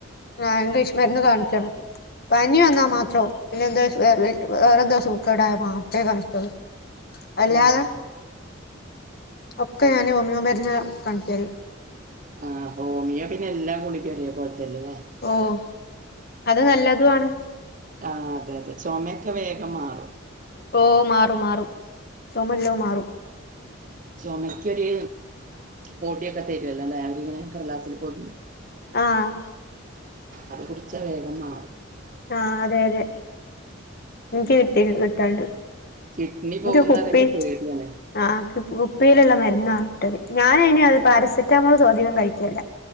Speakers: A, on the left; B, on the right.
A: ആഹ് ഇംഗ്ലീഷ് മരുന്ന് കാണിക്കണം
B: <unintelligible>
A: പനി വന്നാ മാത്രോ പിന്നെന്തോ ശ് വേ വ് വേറെന്തോ സൂക്കേടായ മാത്രേ കാണിക്കൊള്ളു. അല്ലാതെ
B: ഉം.
A: ഒക്കെ ഞാൻ ഓമിയോ മര്ന്നാ കാണികല്.
B: ആഹ് ഹോമിയോ പിന്നെല്ലാ ഗുളികിം ഒരേ പോൽതല്ലെ ലേ?
A: ഓഹ് അത് നല്ലതുവാണ്.
B: ആഹ് അതെ അതെ ചൊമെയ്ക്കെ വേഗം മാറും.
A: ഓഹ് മാറും മാറും ചൊമല്ലോം മാറും.
B: ചൊമക്കെര് പൊടിയൊക്കെ തരുല്ലലേ അവരിങ്ങനെ കടലാസിൽ പൊത്
A: ആഹ്
B: അത് കുടിച്ച വേഗം മാറും.
A: ആഹ് അതെ അതെ. ഇൻക്ക് കിട്ടി കിട്ടാണ്ട്
B: കിഡ്നി
A: ഇന്റെ
B: പോകുന്ന
A: കുപ്പി
B: പറയുമ്പോ പേടിയാണ്
A: ആ കുപ് കുപ്പിയിലുള്ള മരുന്നാ കിട്ടല് ഞാനയ്ന് അഅ് പാരസെറ്റാമോൾ തോനേന്നും കഴിക്കേല്ല.